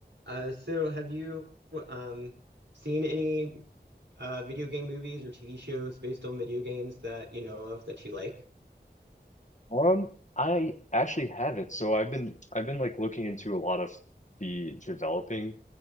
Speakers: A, on the right; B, on the left.
A: Uh, so have you um, seen any uh, video game movies or TV shows based on video games that you know of that you like?
B: Um, I actually haven't. So I've been I've been like looking into a lot of the developing